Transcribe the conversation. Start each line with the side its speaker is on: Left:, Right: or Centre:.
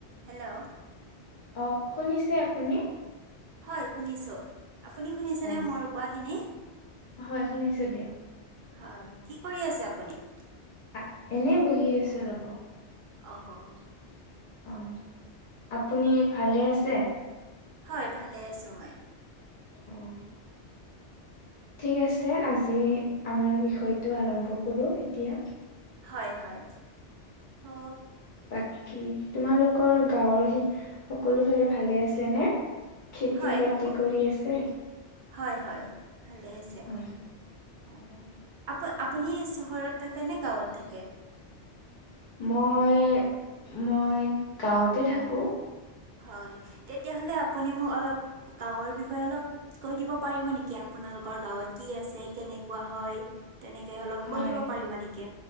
Right: হেল্ল'
Left: অ শুনিছে আপুনি।
Right: হয় শুনিছোঁ। আপুনি শুনিছেনে
Left: অ
Right: মোৰ কোৱা খিনি
Left: হয় শুনিছোঁ দিয়ক।
Right: হয়। কি কৰি আছে আপুনি।
Left: আ- এনেই বহি আছো ৰব।
Right: আহ আহ।
Left: অ আপুনি ভালে আছে।
Right: হয় ভালে আছোঁ মই।
Left: অ' ঠিক আছে আজি আমাৰ বিষয়টো আৰম্ভ কৰো এতিয়া।
Right: হয় হয় অ।
Left: বাকী তোমালোকৰ গাঁৱৰ সকলো ফালে ভালে আছে নে। খেতি
Right: হয়
Left: বাতি
Right: ক
Left: কৰি আছে।
Right: হয় হয় ভালে আছে
Left: হয়।
Right: অ। আপ আপুনি চহৰত থাকে নে গাঁৱত থাকে?
Left: মই মই গাঁৱতে থাকোঁ।
Right: হয়, তেতিয়াহলে আপুনি মোক অলপ গাঁৱৰ বিষয়ে অলপ। কৈ দিব পাৰিব নেকি আপোনালোকৰ গাঁৱত কি আছে! কেনেকুৱা হয়। তেনেকে অলপ
Left: হয়
Right: কৈ দিব পাৰিব নেকি